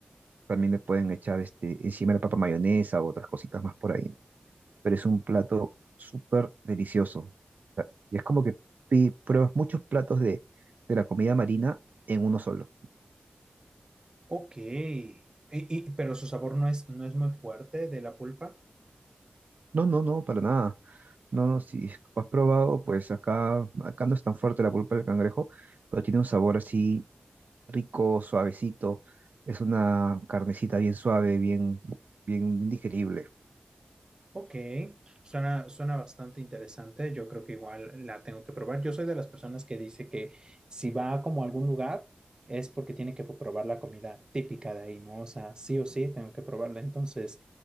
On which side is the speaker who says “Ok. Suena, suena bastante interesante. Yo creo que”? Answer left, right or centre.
Right